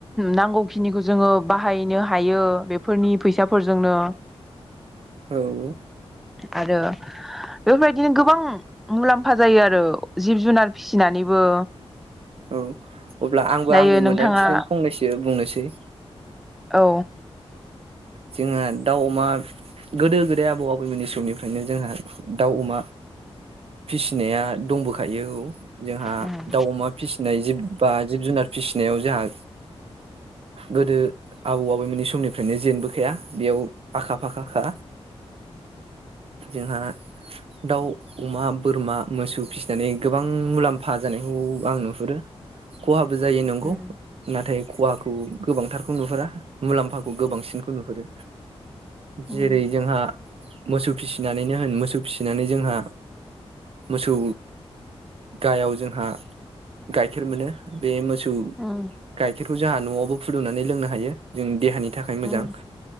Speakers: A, in the centre; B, on the right.
A: नांगौखिनिखौ जोङो बाहायनो हायो फोरनि फैसाफोरजोंनो
B: औ
A: आरो बेफोरबायदिनो गोबां मुलाम्फा सफा जायो आरो जिब जुनार फिसिनानैबो
B: औ अब्ला आंबो
A: दायो
B: आंनि मोन्दांथिजों
A: नोंथाङा
B: फंनैसो बुंनोसै
A: औ
B: जोंङो दाउ अमा गोदो गोदाय आबौ आबैमोननि समनिफ्रायनो जोंहा दाउ अमा फिसिनाया दंबोखायो औ जोंहा
A: उम
B: दाउ अमा फिसिनाय जिब बा जिब जुनार फिसिनाय नायाव जोंहा गोदो आबौ आबैमोननि समनिफ्रायनो जेनबोखाया बेयाव आखा फाखाखा जोंहा दाउ अमा बोरमा मोसौ फिसिनानै गोबां मुलाम्फा जानायखौ आं नुहुरो खहा बो जायो नोंखौ
A: उम
B: नाथाय खहाखौ गोबांंथारखौ नुहेरा मुलाम्फाखौ गोबांसिनखौ नुहुरो
A: उम
B: जेरै जोंहा मोसौ फिसिनानैनो होन मोसौ फिसिनानै जोंहा मोसौ गायाव जोंहा गाइखेर मोनो बे सौ गाय
A: उम
B: गाइखेरखौ जोंहा न'आवबो फुुंदुंनानै लोंनो हायो जोंनि देहानि नि थाखाय मोजां
A: उम